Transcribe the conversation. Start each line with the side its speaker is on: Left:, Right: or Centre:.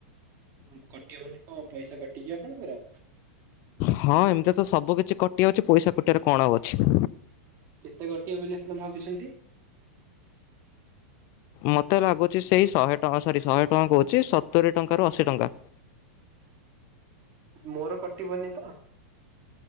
Right: ଉଁ କଟିିବ ମାନେ କଁ ପଇସା କଟିଯିବ ଆପଣଙ୍କର?
Left: ହଁ ଏମତି ତ ସବୁ କିଛି କଟିଯାଉଚି ପଇସା କଟିବାରେ କଣ ଆଉ ଅଛି।
Right: କେତେ କଟିବ ବୋଲି ଆପଣ ଭାବୁଛନ୍ତି?
Left: ମତେ ଲାଗୁଚି ସେଇ ଶହେ ଟ ସରି ଶହେ ଟଙ୍କା କୋହୁଚି ସତୁରି ଟଙ୍କାରୁ ଅଶୀ ଟଙ୍କା।
Right: ମୋର କଟିିବନି ତ?